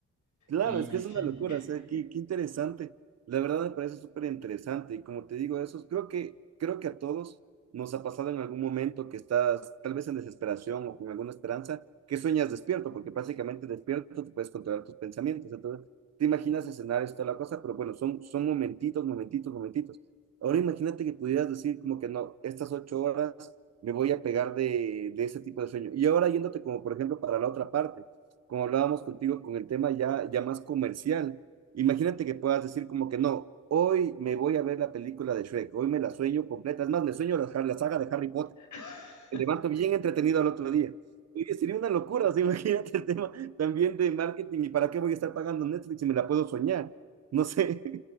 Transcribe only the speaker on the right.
Claro,
es que es
una locura, o sea, qué, qué interesante. La verdad me parece súper interesante y como te digo, eso creo que, creo que a todos nos ha pasado en algún momento que estás tal vez en desesperación o con alguna esperanza, que sueñas despierto, porque básicamente despierto tú puedes controlar tus pensamientos. Entonces, te imaginas escenarios, toda la cosa, pero bueno, son, son momentitos, momentitos, momentitos. Ahora imagínate que pudieras decir como que no, estas ocho horas me voy a pegar de, de ese tipo de sueño. Y ahora yéndote como por ejemplo para la otra parte como hablábamos contigo, con el tema ya, ya más comercial. Imagínate que puedas decir como que no, hoy me voy a ver la película de Shrek, hoy me la sueño completa, es más, me sueño la, la saga de Harry Potter,
me levanto bien entretenido al otro día. Y sería una locura, o sea, <laughs> imagínate el tema también de marketing y para qué voy a estar pagando Netflix si me la puedo soñar. No sé,